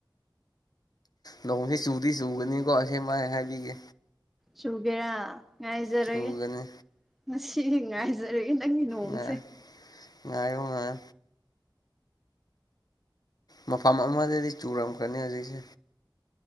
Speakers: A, on the left (about 55°); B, in the centre.
A: ꯅꯣꯡꯁꯤ ꯆꯨꯗꯤ ꯆꯨꯒꯅꯤꯀꯣ ꯑꯁꯃꯥꯏ ꯍꯥꯏꯕꯤꯒꯦ
B: ꯁꯨꯒꯦꯔꯥ ꯉꯥꯏꯖꯔꯒꯦ
A: ꯆꯨꯒꯅꯤ
B: ꯉ ꯉꯥꯏꯖꯔꯒꯦ ꯅꯪꯒꯤ ꯅꯣꯡꯁꯦ
A: ꯉꯥꯏ ꯉꯥꯏꯌꯣ ꯉꯥꯏꯣ ꯃꯐꯝ ꯑꯃꯗꯗꯤ ꯆꯨꯔꯝꯀꯅꯤ ꯍꯧꯖꯤꯛꯁꯦ